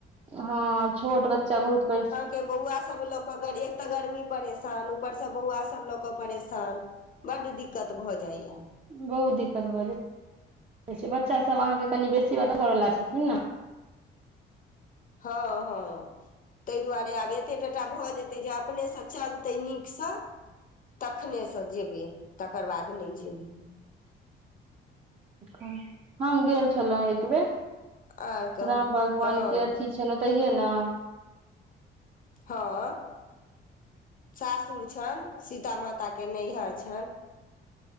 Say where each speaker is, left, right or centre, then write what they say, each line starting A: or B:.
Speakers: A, on the right; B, on the left.
A: हँ छोट बच्चा बहुत परेसान
B: के बौआ सब ल के एक तऽ गर्मी परेशान ऊपर से बौआ सब ल के परेशान बड़ दिक्कत भऽ जाइया
A: बहुत दिक्कत भऽ जाय बच्चा सब अहाँके कनि बेसीाद करवला छथिन ने
B: हँ हँ ताहि दुआरे आब एतेक टटा भऽ जेतै जे अपनेसँ चलतै नीक स तखनेसँ जेबै तकर बाद नहि जेबै
A: ह हम गेल छलहुँ एकबेर
B: आर कहू
A: राम भगवान
B: हँ
A: के अथी छेन ओतहिये नऽ
B: हँ सासुर छनि सीता माता के नैहर छनि